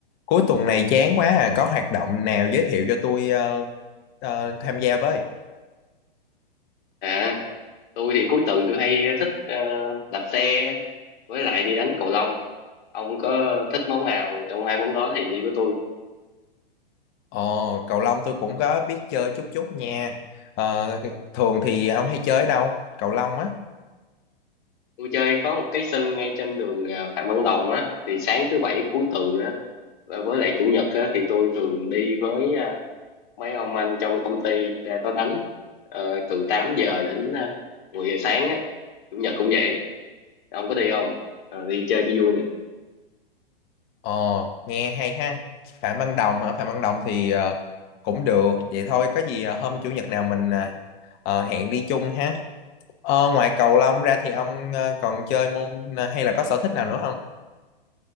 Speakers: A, on the left; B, on the left.
A: Cuối tuần này chán quá à, có hoạt động nào giới thiệu cho tôi ờ, ờ, tham gia với?
B: À, tôi thì cuối tuần tôi hay thích ờ, đạp xe với lại đi đánh cầu lông. Ông có thích món nào trong hai món đó thì đi với tôi.
A: Ồ, cầu lông tôi cũng có biết chơi chút chút nha. Ờ, thường thì ông hay chơi ở đâu? Cầu lông á.
B: Tôi chơi có một cái sân ngay trên đường ờ, Phạm Văn Đồng á, thì sáng thứ bảy cuối tuần á và với lại chủ nhật á, thì tôi thường đi với ờ, mấy ông anh trong công ty ra đó đánh Ờ, từ 8 giờ đến uh, 10 giờ sáng á. Chủ nhật cũng vậy. Ông có đi không? Ờ, đi chơi cho vui nè.
A: Ồ, nghe hay ha. Phạm Văn Đồng hả? Phạm Văn Đồng thì ờ, cũng được. Vậy thôi, có gì ờ, hôm chủ nhật nào mình ờ, ờ, hẹn đi chung ha. Ờ, ngoài cầu lông ra thì ông ờ, còn chơi môn ờ, hay là có sở thích nào nữa không?